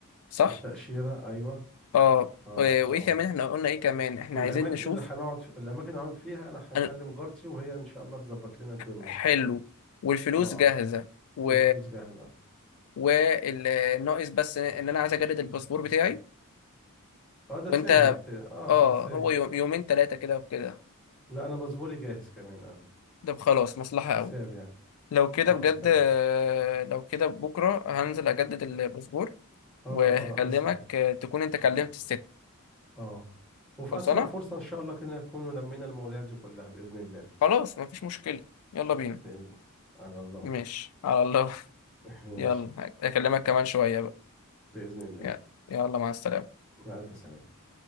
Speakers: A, on the left; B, in the centre.
A: صح؟
B: التأشيرة أيوة
A: اه
B: اه
A: و- وايه
B: اه
A: كمان احنا قلنا ايه كمان احنا
B: والأماكن
A: عايزين نشوف
B: اللي هنقعد في... الأماكن اللي هنقعد فيها أنا هنكلم
A: أنا-
B: جارتي وهي إن شاء الله تظبط لنا الدنيا
A: حلو والفلوس
B: اه
A: جاهزة و
B: والفلوس جاهزة
A: والناقص بس ان انا عايز اجدد الباسبور بتاعي
B: اه ده
A: وانت
B: سهل ت... اه
A: اه
B: ده سهل
A: هو يوم... يومين ثلاثة كده وكده
B: لا أنا باسبوري جاهز كمان أنا
A: ده خلاص مصلحة قوي
B: سارية
A: لو كده
B: خلاص
A: بجد
B: تمام
A: آه، لو كده بكرة هنزل اجدد الباسبور
B: اه
A: وهكلمك
B: اه اسعى
A: آه، تكون انت كلمت
B: اه
A: الست
B: اه وفي
A: خلصانة
B: أسرع فرصة إن شاء الله كده نكون لمينا المواضيع دي كلها بإذن الله
A: خلاص مفيش مشكلة يلا بينا
B: بإذن على الله
A: ماشي على الله <laughs>
B: <laughs> ماشي
A: يلا هك- هكلمك كمان شوية بقى
B: بإذن الله
A: يلا يلا مع السلامة
B: مع ألف سلامة